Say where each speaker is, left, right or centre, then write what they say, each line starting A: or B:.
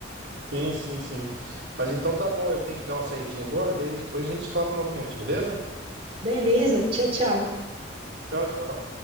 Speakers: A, on the right; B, on the right.
A: Sim, sim, sim. Mas então tá bom, eu tenho que dar uma saidinha agora, daí depois a gente fala novamente, beleza?
B: Beleza, tchau, tchau.
A: Tchau, tchau.